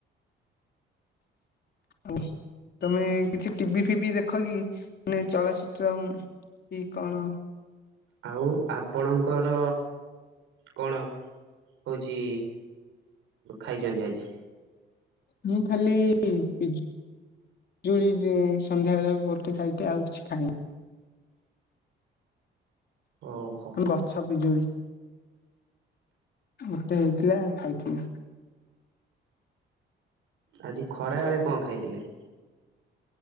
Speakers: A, on the left; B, on the right.
A: <unintelligible> ତମେ କିଛି ଟିଭି ଫିଭି ଦେଖ କିି? ମାନେ ଚଳଚିତ୍ର କି କଣ
B: ଆଉ ଆପଣଙ୍କର କଣ ହୋଇଛି ଖାଇଛନ୍ତି ଆଜି?
A: ମୁଁ ଖାଲି ପିଜୁ-ପିଜୁଳିଟେ ସନ୍ଧ୍ୟାବେଳକୁ ଗୋଟେ ଖାଇଛି। ଆଉ କିଛି ଖାଇନି।
B: ଓହୋ
A: ଆମ ଗଛ ପିଜୁଳି ଗୋଟେ ହେଇଥିଲା ଖାଇଥିଲି।
B: ଆଜି ଖରା ବେଳେ କଣ ଖାଇଥିଲେ?